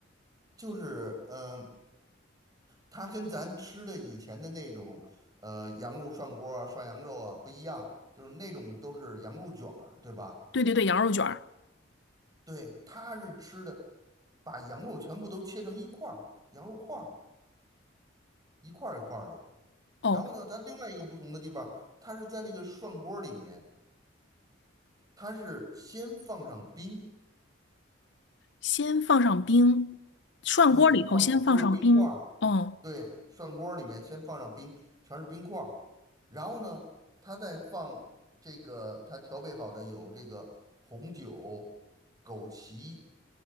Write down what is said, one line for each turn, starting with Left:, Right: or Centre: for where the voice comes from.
Right: 就是嗯、它跟咱吃的以前的那种呃羊肉涮锅啊、涮羊肉啊不一样，就是那种都是羊肉卷儿，对吧？
Left: 对对对，羊肉卷儿。
Right: 对，它是吃的，把羊肉全部都切成一块儿，羊肉块儿一块儿一块儿的。
Left: 哦，
Right: 然后呢，它另外一个不同的地方，它是在那个涮锅里面，它是先放上冰，
Left: 先放上冰，涮锅里头先放上冰。
Right: 对，放的都是冰块儿，
Left: 哦，
Right: 对，涮锅儿里面先放上冰，全是冰块儿，然后呢，他再放这个他调配好的有这个红酒、枸杞，